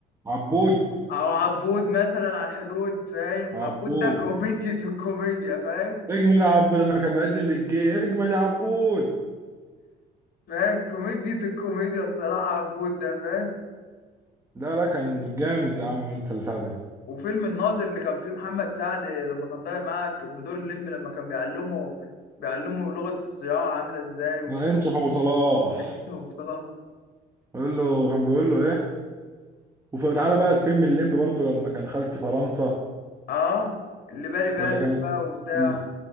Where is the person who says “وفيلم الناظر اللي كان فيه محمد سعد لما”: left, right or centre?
Left